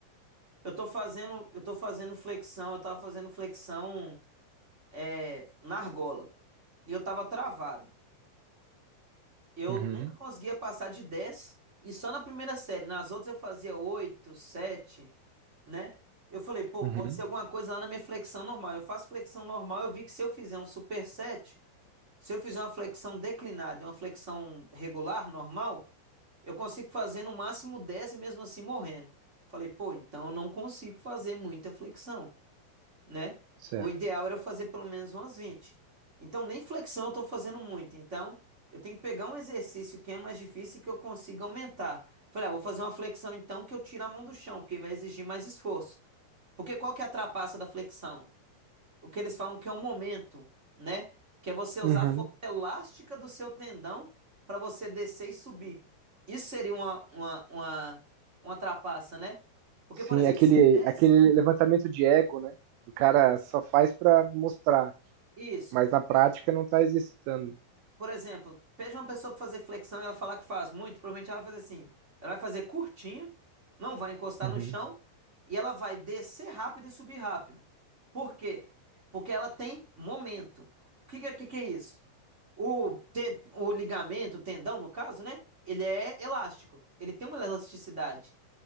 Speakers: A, on the right; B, on the right.
A: eu tô fazendo, eu tô fazendo flexão, eu tava fazendo flexão é, na argola. E eu tava travado. Eu
B: Uhum,
A: nunca conseguia passar de 10 E só na primeira série. Nas outras eu fazia 8 7, né? Eu falei, pô,
B: uhum,
A: pode ser alguma coisa lá na minha flexão normal. Eu faço flexão normal, eu vi que se eu fizer um superset, se eu fizer uma flexão declinada e uma flexão regular, normal, eu consigo fazer no máximo 10 e mesmo assim morrendo. Falei, pô, então eu não consigo fazer muita flexão né?
B: certo.
A: O ideal era eu fazer pelo menos umas vinte Então, nem flexão eu estou fazendo muito. Então, eu tenho que pegar um exercício que é mais difícil e que eu consiga aumentar. Falei, ah, vou fazer uma flexão então que eu tiro a mão do chão, porque vai exigir mais esforço. Porque qual que é a trapaça da flexão? O que eles falam que é um momento, né? Que é você usar
B: Uhum.
A: a força elástica do seu tendão para você descer e subir. Isso seria uma, uma, uma, uma trapaça, né? Porque,
B: Sim,
A: por exemplo,
B: aquele,
A: você desce,
B: aquele levantamento de ego, né? O cara só faz pra mostrar,
A: isso.
B: mas na prática não tá exercitando.
A: Por exemplo, pede uma pessoa para fazer flexão e ela falar que faz muito, provavelmente ela vai fazer assim. Ela vai fazer curtinho, não vai encostar
B: Uhum.
A: no chão e ela vai descer rápido e subir rápido. Por quê? Porque ela tem momento. O que, que, que é isso? O, te- o ligamento, o tendão, no caso, né? Ele é elástico. Ele tem uma elasticidade.